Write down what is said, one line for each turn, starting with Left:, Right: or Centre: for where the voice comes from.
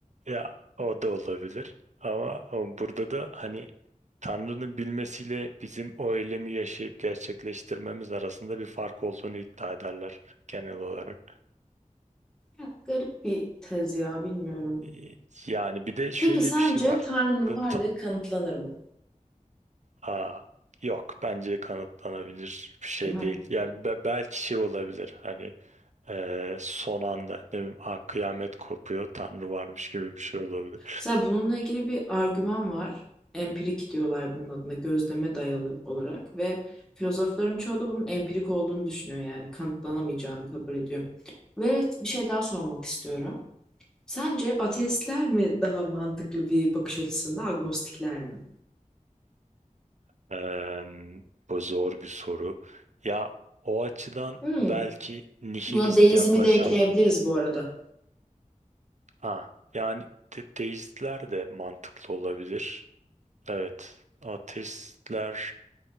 Right: Ya o da olabilir. Ama o- burada da hani Tanrı'nın bilmesiyle bizim o eylemi yaşayıp gerçekleştirmemiz arasında bir fark olduğunu iddia ederler genel olarak.
Centre: Ya, garip bir tez ya bilmiyorum.
Right: Ee, Yani bir de şöyle
Centre: Peki sence
Right: bir şey var.
Centre: Tanrı'nın
Right: Bu
Centre: varlığı
Right: ta-
Centre: kanıtlanır mı?
Right: Aa, yok bence kanıtlanabilir bir şey
Centre: Değil mi?
Right: değil. Yani be- belki şey olabilir hani eee, son anda ne bileyim, "Aa, kıyamet kopuyor Tanrı varmış gibi bir şey olabilir.
Centre: Mesela bununla ilgili bir argüman var. Empirik diyorlar bunun adına gözleme dayalı olarak ve filozofların çoğu da bunun empirik olduğunu düşünüyor yani kanıtlanamayacağını kabul ediyor. Ve bir şey daha sormak istiyorum. Sence ateistler mi daha mantıklı bir bakış açısında, agnostikler mi?
Right: Eee, bu zor bir soru. Ya o açıdan
Centre: Hmm.
Right: belki nihilist
Centre: Buna deizmi
Right: yaklaşanlar.
Centre: de ekleyebiliriz bu arada.
Right: Ha, yani de- deistler de mantıklı olabilir. Evet, ateistler